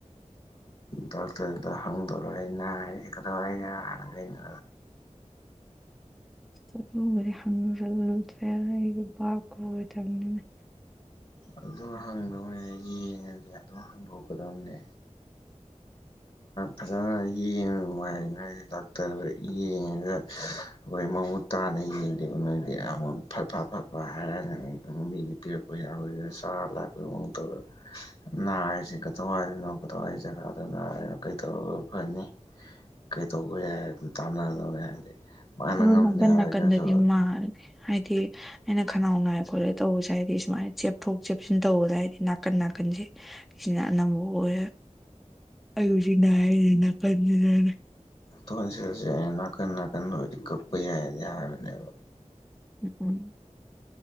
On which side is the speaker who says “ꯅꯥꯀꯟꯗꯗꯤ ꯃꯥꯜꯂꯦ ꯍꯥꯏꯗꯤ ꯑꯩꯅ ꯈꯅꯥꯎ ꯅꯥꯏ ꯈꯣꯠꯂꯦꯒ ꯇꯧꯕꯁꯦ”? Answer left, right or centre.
Centre